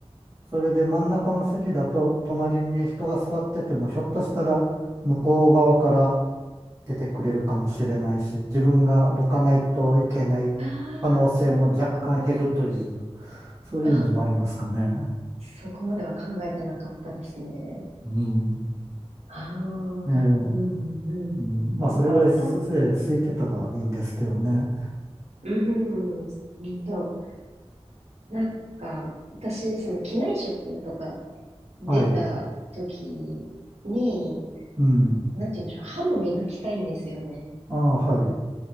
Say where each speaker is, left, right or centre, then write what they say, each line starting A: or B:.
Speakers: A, on the right; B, on the right.
A: それで真ん中の席だと、隣に人が座ってても、ひょっとしたら向こう側から出てくれるかもしれないし、自分がどかないといけない可能性も若干減るという、
B: ああ、そういうこと。
A: そういうのもありますかね。
B: あ、そこまでは考えてなかったですね。
A: うん。
B: ああ、うんうんうん。
A: ええ、うん、まあ、それぐらいす、
B: なんか私、
A: ええ空いてたらいいんですけどね。
B: うんうんうんと、なんか私、その機内食とか出た時に、
A: はい。うん。
B: なんて言うんでしょう、歯も磨きたいんですよね。
A: ああ、はい。